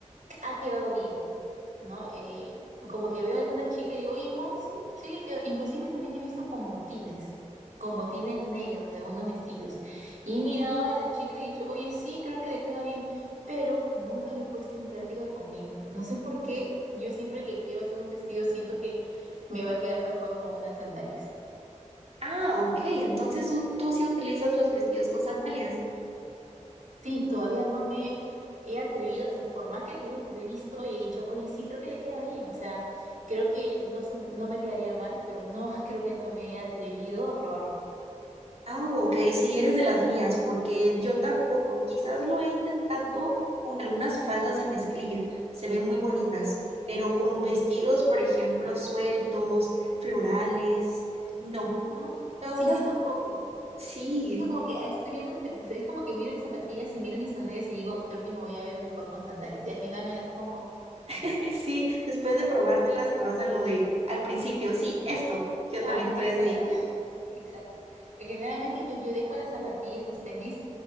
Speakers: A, on the right; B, on the right.
A: ha quedado bien, ¿no? Eh, como que veo a alguna chica y digo, oye, Mo, sí, sí le quedó. Inclusive también he visto con botines, con botines negros, algunos vestidos. Y he mirado a la chica y he dicho, oye, sí, creo que le queda bien, pero nunca le he puesto en práctica conmigo. No sé por qué, yo siempre que quiero hacer un vestido siento que me va a quedar mejor con unas sandalias.
B: Ah, ok, entonces tú, tú sí utilizas los vestidos con sandalias.
A: Sí, todavía no me he atrevido, o sea, por más que te digo que lo he visto y he dicho, oye, sí, creo que le queda bien, o sea, creo que no se, no me quedaría mal, pero no, <laughs> creo que no me he atrevido a probarlo.
B: Ah, ok, si eres de las mías, porque yo tampoco, quizás lo he intentado con algunas faldas de mezclilla, se ven muy bonitas, pero con vestidos, por ejemplo, sueltos, florales, no.
A: Ajá.
B: Pero
A: Sí,
B: aún así,
A: yo tampoco.
B: sí,
A: Es que como que Sí. estoy viendo mis, o sea, es como que miro mis zapatillas y miro mis sandalias y digo, creo que me voy a ver mejor con sandalias. Y al final me las pongo.
B: <laughs> sí, después de probártelas te vas a lo de al principio, sí, esto, yo
A: Ah,
B: también soy
A: exacto,
B: así.
A: <laughs> exacto. Porque generalmente yo, yo dejo las zapatillas, los tenis,